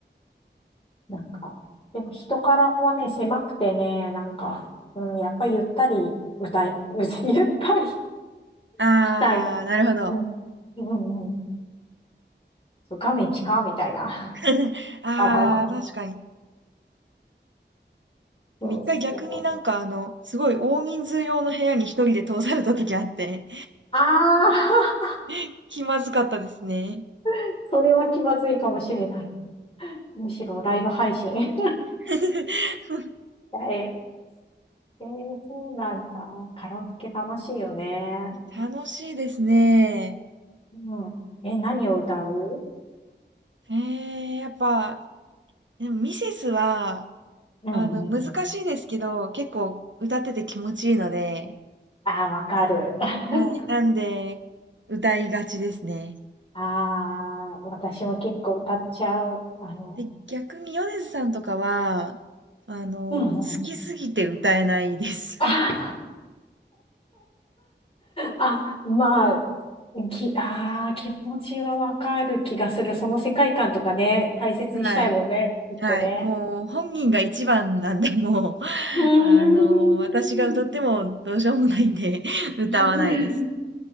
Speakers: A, on the left; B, on the right.
A: なんか、でも人からはね、狭くてね、なんか、うん、やっぱゆったり歌い、<laughs> ゆったり
B: ああ、
A: したい。
B: なるほど。
A: うん、うんうん。そう画面近かみたいな。
B: <laughs>
A: <laughs>
B: ああ、
A: 柄は。
B: 確かに。
A: そうそう。
B: でも一回逆になんかあの、すごい大人数用の部屋に一人で通された時あって、
A: ああ、
B: <laughs> 気まずかったですね。
A: <laughs> それは気まずいかもしれない。むしろライブ配信。
B: <laughs>
A: <laughs> え、えーそうなんだ。カラオケ楽しいよね。
B: 楽しいですね。
A: うん。え、何を歌う
B: ええ、やっぱ、でもミセスは、
A: うんうん。
B: あの、難しいですけど、結構歌ってて気持ちいいので、
A: ああ、わかる。<laughs>
B: はい。なんで、歌いがちですね。
A: ああ、私も結構歌っちゃう。あの、
B: で、逆に米津さんとかは、あの、
A: うんうん。
B: 好きすぎて歌えないです。
A: <laughs> あ、<laughs> まあ、き、ああ、気持ちはわかる気がする。その世界観とかね、大切にしたいもんね、
B: <laughs> はい。
A: きっとね。
B: はい。もう、本人が一番なんで、もう、<laughs>
A: うーん。
B: あの、私が歌ってもどうしようもないんで、<laughs> 歌わないです。
A: <laughs>